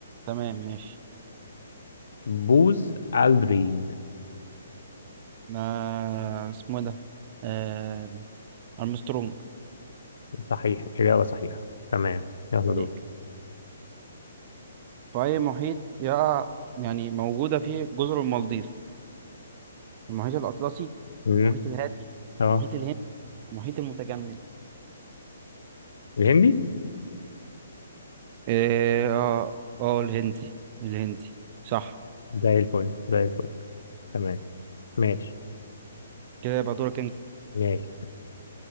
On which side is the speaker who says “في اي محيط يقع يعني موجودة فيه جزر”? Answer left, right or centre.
Right